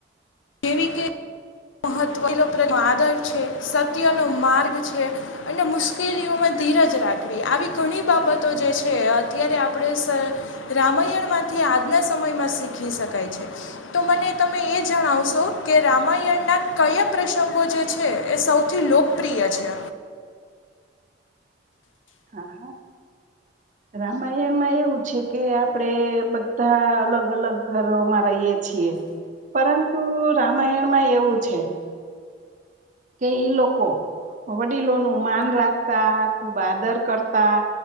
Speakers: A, on the left; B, on the right.
A: જેવી કે મહત્વ <unintelligible> આદર છે, સત્યનો માર્ગ છે અને મુશ્કેલીઓમાં ધીરજ રાખવી આવી ઘણી બાબતો જે છે અત્યારે આપણે રામાયણમાંથી આજના સમયમાં શીખી શકાય છે. તો મને તમે એ જણાવશો કે રામાયણ ના કયા પ્રસંગો જે છે એ સૌથી લોકપ્રિય છે.
B: હા હા, રામાયણમાં એવું છે કે આપડે બધા અલગ અલગ ઘરોમાં રહીએ છીએ. પરંતુ રામાયણમાં એવું છે કે ઈ લોકો વડીલોનું માન રાખતા, ખૂબ આદર કરતા